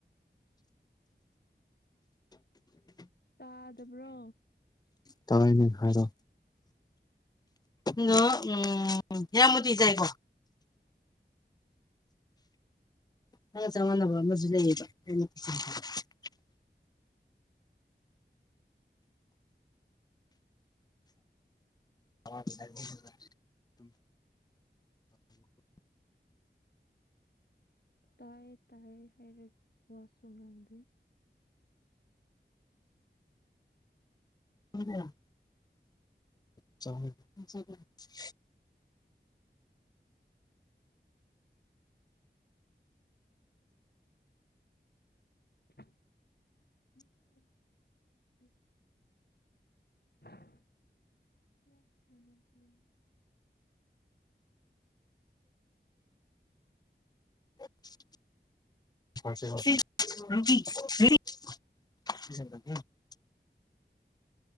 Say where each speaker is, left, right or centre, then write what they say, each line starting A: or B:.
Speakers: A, on the left (about 60°); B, on the left (about 20°).
A: ꯇꯥꯗꯕ꯭ꯔꯣ
B: ꯇꯥꯏꯅꯦ ꯍꯥꯏꯔꯣ ꯅ ꯎꯝ ꯍꯦꯔꯥꯃꫭꯠꯇꯤ ꯆꯥꯏꯀꯣ ꯅꯪꯒ ꯆꯞ ꯃꯥꯟꯅꯕ ꯑꯃꯖꯨ ꯂꯩꯌꯦꯕ <unintelligible> <unintelligible>
A: ꯇꯥꯏꯌꯦ ꯇꯥꯏꯌꯦ ꯍꯥꯏꯔ ꯋꯥꯁꯨꯨ ꯉꯥꯡꯗꯦ
B: <unintelligible> ꯆꯥꯏ <unintelligible>
A: <inaudible> <inaudible>
B: <unintelligible> <unintelligible>